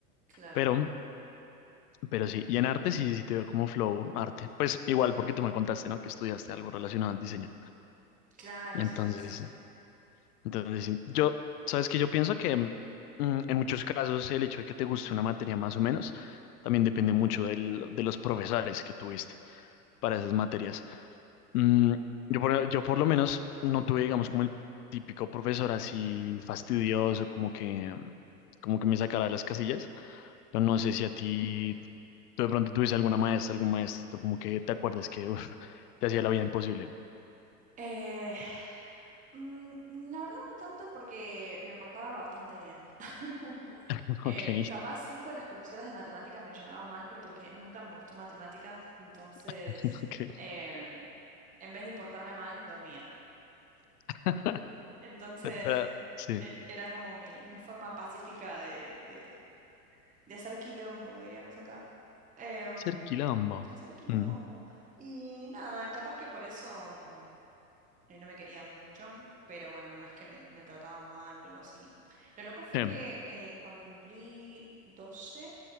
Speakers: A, on the right (about 15°); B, on the left (about 70°).
A: Claro.
B: Pero, pero sí, y en arte sí, sí te veo como flow arte. Pues igual, porque tú me contaste, ¿no? Que estudiaste algo relacionado al diseño.
A: Claro,
B: Entonces,
A: sí, sí, sí.
B: Entonces, sí, yo, sabes que yo pienso que mm, en muchos casos el hecho de que te guste una materia más o menos también depende mucho del- de los profesores que tuviste para esas materias. Mm, yo, por, yo por lo menos no tuve, digamos, como el típico profesor así fastidioso, como que, como que me sacara de las casillas. Pero no sé si a ti, tú de pronto tuviste alguna maestra, algún maestro, como que te acuerdas que uf, te hacía la vida imposible.
A: Eh, mm, la verdad no tanto porque me portaba bastante bien. <laughs>
B: <laughs>
A: Eh,
B: Ok,
A: capaz sí con las profesoras de matemáticas me llevaba mal, pero porque nunca me gustó matemáticas, entonces
B: <laughs> ok.
A: eh, en vez de portarme mal, dormía.
B: <laughs>
A: Entonces
B: Pero,
A: m-
B: sí.
A: e- era como mi, mi forma pacífica de, de, de hacer quilombo, diríamos acá. Em,
B: ser quilombo.
A: de hacer quilombo.
B: Mm,
A: Y nada, capaz que por eso... mm, eh, no me querían mucho, pero bueno, no es que me, me trataban mal o algo así. Lo loco fue
B: Sí,
A: que eh, cuando cumplí 12